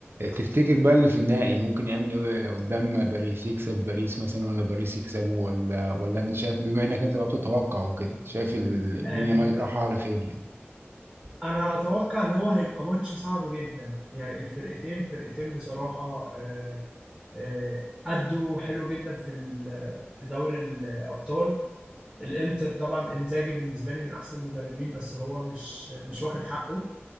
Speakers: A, on the right (about 60°); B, in the centre.
A: تفتكر بقى اللي في النهائي ممكن يعمل ايه قدام باريس يكسب باريس مثلا ولا باريس يكسبه ولا ولا انت شايف بما انك انت بقى بتتوقع وكده شايف ال- الدنيا
B: آه،
A: ماش- رايحه على فين يعني
B: انا اتوقع ان هو هيبقى ماتش صعب جدا يعني الفرقتين فرقتين بصراحه آه، آه، أدوا حلو جدا في ال- في دوري الأبطال الانتر طبعا انزاجي بالنسبه لي من احسن المدربين بس هو مش مش واخد حقه